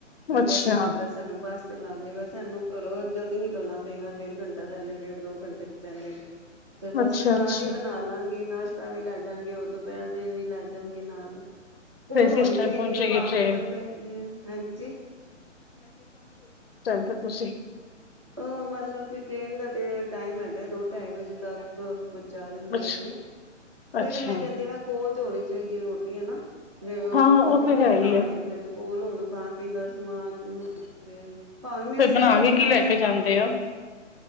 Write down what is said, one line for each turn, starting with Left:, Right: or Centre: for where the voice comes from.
Right: ਘੰਟਾ
Left: ਅੱਛਾ,
Right: ਡੇਢ ਘੰਟਾ ਸਾਨੂੰ ਬੱਸ ਤੇ ਲਗ ਜੇਗਾ ਸਾਨੂੰ ਘਰੋ ਜਲਦੀ ਨਿਕਲਣਾ ਪਏਗਾ ਡੇਢ ਘੰਟਾ ਪਹਿਲੇ ਡੇਢ ਦੋ ਘੰਟੇ ਪਹਿਲੇ ਤੇ ਬਸ
Left: ਅੱਛਾ,
Right: ਫੇਰ ਨਾਲ
Left: ਅੱਛਾ।
Right: ਰੋਟੀ ਬਣਾ ਲਾਂਗੇ ਨਾਸ਼ਤਾ ਵੀ ਲੈ ਜਾਗੇ ਓ ਦੁਪਹਿਰ ਦੇ ਵੀ ਲੈਜਾਗੇ ਨਾਲ ਕੋਲ
Left: ਫੇਰ
Right: ਹੋਣੀ
Left: ਕਿਸ ਟਾਈਮ
Right: ਚਾਹੀਦੀ
Left: ਪਹੁੰਚੇਗੀ
Right: ਐ ਭਾਵੇਂ
Left: ਟ੍ਰੇਨ,
Right: ਪਤਾ ਕਿ ਐ। ਹਾਂਜੀ।
Left: ਤਾਂ ਤੁਸੀਂ
Right: ਅ ਮਤਲਬ ਕਿ ਟ੍ਰੇਨ ਦਾ ਤੇ ਟਾਈਮ ਹੈਗਾ ਦੋ ਢਾਈ ਵਜੇ ਤੱਕ ਪਹੁੰਚਾ ਦਿੰਦੀ
Left: ਅੱਛਾ,
Right: ਆ ਉੱਥੇ ਫੇਰ
Left: ਅੱਛਾ
Right: ਮੈਂ ਕੈਂਦੀ ਮੈਂ ਕੋਲ ਤੇ ਹੋਣੀ ਚਾਹੀਦੀ ਰੋਟੀ ਹਨਾਂ। ਬੇ ਓ
Left: ਹਾਂ ਉਹ
Right: ਦਿੱਕਤ
Left: ਤੇ ਹੈ
Right: ਨਾ
Left: ਈ ਏ,
Right: ਆਏ। ਕੋਲ ਹੁਣ ਖਾਣ ਪੀਣ ਦਾ ਸਮਾਨ ਤੇ ਭਾਵੇਂ ਮਿਲ
Left: ਫੇਰ
Right: ਸਭ
Left: ਬਣਾ
Right: ਕੁੱਛ
Left: ਕੇ
Right: ਜਾਂਦਾ।
Left: ਕੀ ਲੈ ਕੇ
Right: ਮਗਰ
Left: ਜਾਂਦੇ ਓ?